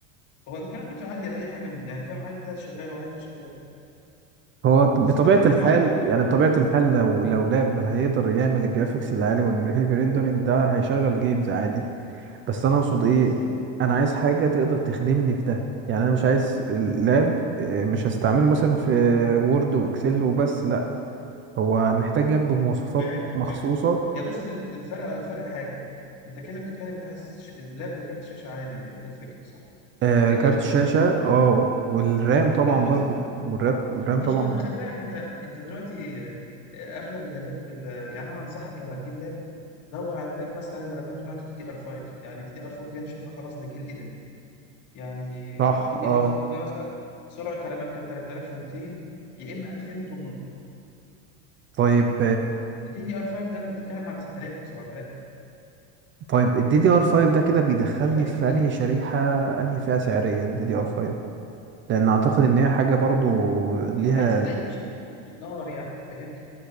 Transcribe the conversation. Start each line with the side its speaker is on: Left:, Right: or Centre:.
Left: هو امكانياته عاليه لاي حاجه من يعني فاهم عايز ده شغال وعايز ده شغال
Right: هو بطبيعة
Left: بس انت بتتكلم
Right: الحال
Left: على كاتيجوري
Right: يعني بطبيعة الحال لو لو لاب هيقدر يعمل الجرافيكس العالي والهيفي ريندرنج ده هيشغل جيمز عادي بس أنا أقصد إيه
Left: بالظبط
Right: أنا عايز حاجة تقدر تخدمني في ده يعني أنا مش عايز اللاب آه، مش هستعمله مثلا في وورد وإكسل وبس لأ هو محتاج لاب بمواصفات
Left: فهمتك
Right: مخصوصة
Left: فهمتك يا بص ال- الفرق الفرق حاجه انت كده بتتكلم انت عايز ش... لاب بكارت شاشه عالي ده الفكره صح
Right: آه،
Left: لان
Right: كارت
Left: انت
Right: شاشة اه والرام طبعا
Left: اه بس
Right: برضو والرام والرام
Left: ماشي
Right: طبعا
Left: ما
Right: مهم.
Left: انت خلي بالك انت انت دلوقتي آه، اغلب اللابات وال يعني انا انصحك لو هتجيب لاب دور على لاب مثلا الرامات بتاعته دي دي ار 5 يعني دي دي ار 4 دي انا شايفها خلاص ده جيل قديم يعني
Right: صح
Left: دي دي
Right: اه
Left: ار 4 ده مثلا سرعه الرامات كانت 3200 يا اما 2800
Right: طيب
Left: دي دي ار 5 ده انت بتتكلم على 6000 و7000
Right: طيب ال DDR5 ده كده بيدخلني
Left: فالفرق
Right: في
Left: كبير
Right: انهي شريحة انهي فئة سعرية ال DDR5 لان اعتقد ان هي حاجة برضو ليها
Left: لا صدقني مش مش النار يعني فاهمني